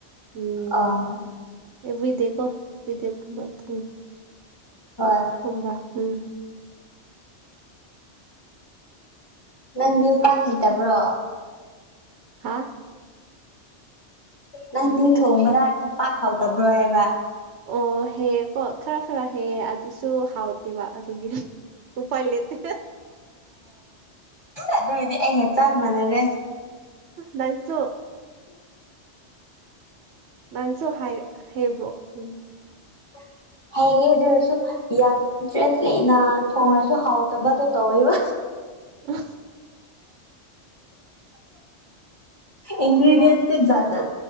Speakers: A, on the right; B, on the left.
A: ꯎꯝ
B: ꯑꯥ
A: ꯑꯦꯚ꯭ꯔꯤꯗꯦ ꯀꯣ ꯑꯦꯕ꯭ꯔꯤꯗꯦꯒꯨꯝꯕ ꯊꯣꯡꯒ
B: ꯍꯣꯏ
A: ꯊꯣꯡꯕ ꯎꯝ
B: ꯅꯪꯗꯤ ꯄꯥꯛ ꯍꯩꯇꯕ꯭ꯔꯣ
A: ꯍꯥꯥ
B: ꯅꯪꯗꯤ ꯊꯣꯡꯕꯗ ꯄꯥꯛ ꯍꯥꯎꯗꯕ꯭ꯔꯣ ꯍꯥꯏꯕ
A: ꯑꯣ ꯍ ꯈꯔ ꯈꯔ ꯍ ꯑꯗꯨꯁꯨ ꯍꯥꯎꯇꯦꯕ ꯑꯗꯨꯒꯤ ꯎꯄꯥꯏ ꯂꯦꯇꯦ
B: ꯑꯗꯨꯏꯗꯤ ꯑꯩꯒ ꯆꯞ ꯃꯥꯟꯅꯔꯦ
A: ꯂꯏꯁꯨ ꯅꯟꯁꯨ ꯍꯥꯏ ꯍꯦꯕ꯭ꯔꯣ ꯎꯝ
B: ꯎ ꯍꯌꯦꯌꯦꯦ ꯑꯗꯨ ꯑꯣꯏꯔꯁꯨ ꯌꯥꯝ ꯏꯟꯇꯔꯦꯁ ꯂꯩꯅ ꯊꯣꯡꯅꯁꯨ ꯍꯥꯎꯗꯕꯗꯣ ꯇꯧꯋꯦꯕ
A: ꯎ
B: ꯏꯟꯒ꯭ꯦꯗꯤꯌꯦꯟꯁꯖꯖ